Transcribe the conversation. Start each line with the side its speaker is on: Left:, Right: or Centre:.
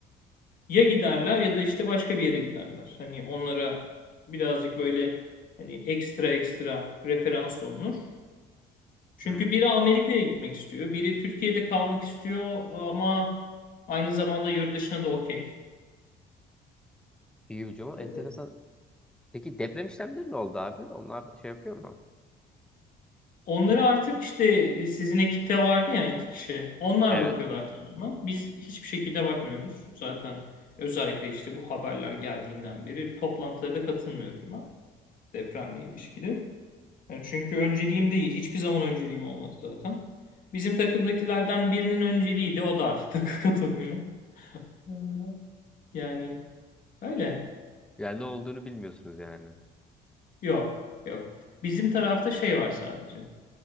Left: ya giderler ya da işte başka bir yere giderler. Hani onlara birazcık böyle hani ekstra ekstra referans olunur. Çünkü
Centre: Hmm.
Left: biri Amerika'ya gitmek istiyor, biri Türkiye'de kalmak istiyor ama aynı zamanda yurt dışına da okey.
Centre: İyi hocam.
Left: Ee,
Centre: Enteresan. Peki deprem işlemleri ne oldu abi? Onlar şey yapıyor mu?
Left: Onları artık işte sizin ekipte vardı ya iki kişi. Onlar
Centre: Evet.
Left: bakıyorlar tamamen. Biz hiçbir şekilde bakmıyoruz. Zaten özellikle işte bu haberler geldiğinden beri toplantılara da katılmıyorum ben depremle ilişkili. Yani çünkü önceliğim değil. Hiçbir zaman önceliğim olmadı zaten. Bizim takımdakilerden birinin önceliğiydi. O da artık <laughs> takı katılmıyor. Ee, Yani öyle.
Centre: Yani ne olduğunu bilmiyorsunuz yani.
Left: Yok. Yok. Bizim tarafta şey var sadece.